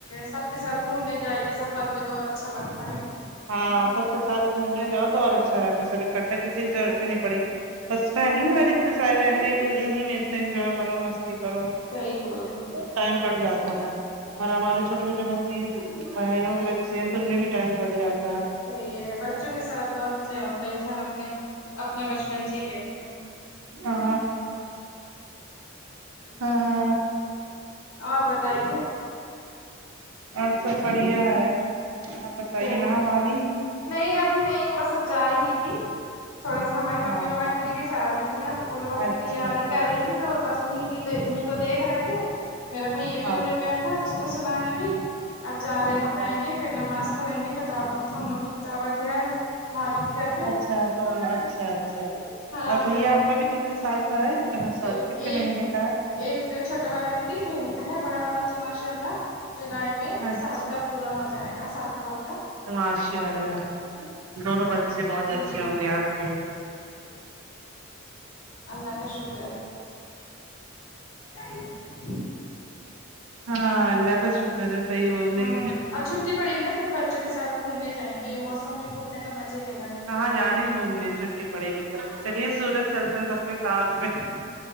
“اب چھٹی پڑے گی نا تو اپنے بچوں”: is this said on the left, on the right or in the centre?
Left